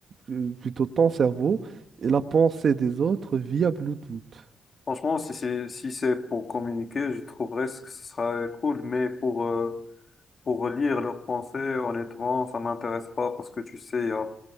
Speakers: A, on the right; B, on the left.
A: euh, plutôt ton cerveau, et la pensée des autres via Bluetooth.
B: Franchement, si c'est si c'est pour communiquer, je trouverais ce que ce serait cool. Mais pour euh, pour lire leurs pensées, honnêtement, ça m'intéresse pas parce que tu sais, il y a